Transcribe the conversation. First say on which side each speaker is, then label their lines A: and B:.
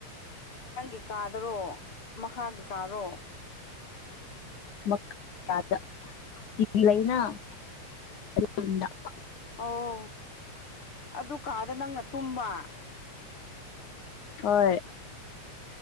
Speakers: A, on the left; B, on the left.
A: ꯅꯪꯒꯤ ꯀꯥꯗꯔꯣ ꯃꯈꯥꯒꯤ ꯀꯥꯔꯣ
B: ꯃꯥꯒꯤ ꯀꯥꯗ <unintelligible> ꯇꯤꯚꯤ ꯂꯩꯅ <unintelligible>
A: ꯑꯣ ꯑꯗꯨ ꯀꯥꯗ ꯅꯪꯅ ꯇꯨꯝꯕ
B: ꯍꯣꯏ